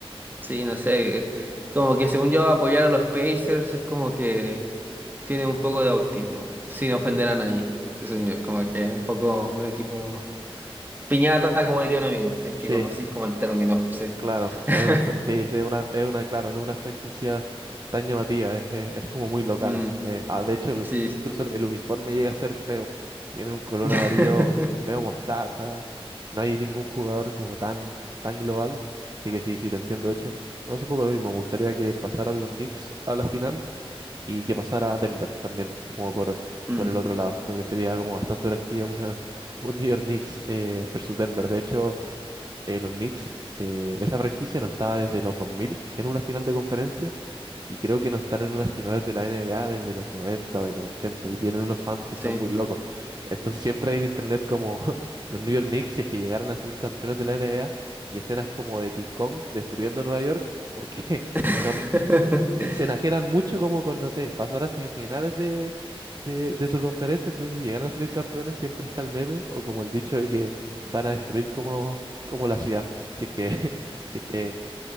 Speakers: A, on the right; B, on the right.
A: sí, no sé, como que según yo apoyar a los Pacers es como que tiene un poco de autismo, sin ofender a nadie. Según yo, como que es un poco un equipo Piñata, como diría un amigo, si es que
B: sí.
A: conocís como el término, sí.
B: Claro,
A: <laughs>
B: es una, fra- sí, sí, es una, es una, claro, no es una franquicia tan llamativa, es, es- es como muy local.
A: Mm,
B: eh, ah, de hecho, el-
A: sí.
B: incluso el uniforme llega a ser feo. Tienen un color
A: <laughs>
B: amarillo medio mostaza, no hay ningún jugador como tan, tan global. Así que sí, sí, te entiendo. De hecho, es un poco lo mismo. Me gustaría que pasaran los Knicks a la final y que pasara Denver también, como por,
A: Mm,
B: por el otro lado. Creo que sería como bastante atractiva una, un New York Knicks eh, versus Denver. De hecho eh, los Knicks, eh, esa franquicia no estaba desde los 2000 en una final de conferencia y creo que no están en unas finales de la NBA desde los 90 o de los 80 y tienen unos fans que son
A: sí.
B: muy locos. Entonces siempre hay en internet como <laughs> los New York Knicks si es que llegaran a ser campeones de la NBA y escenas como de King Kong destruyendo Nueva York porque <laughs>
A: <laughs>
B: son se enajenan mucho como con, no sé, pasar a semifinales de, de, de su conferencia, entonces si llegan a salir campeones siempre está el meme o como el dicho de que van a destruir como, como la ciudad, si es que, <laughs> si es que,